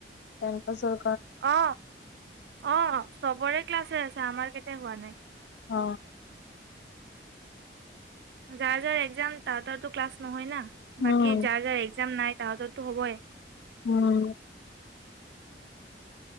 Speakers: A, on the left; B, on the right.
A: টেন পাছ অৰ
B: অ অ চবৰে ক্লাছ হৈ আছে আমাৰ হোৱা নাই
A: অ
B: যাৰ যাৰ একজাম তাহতৰ তো ক্লাছ নহয় ন
A: উম
B: বাকি যাৰ যাৰ এক্সাম নাই তাহাঁততো হ'বই
A: উম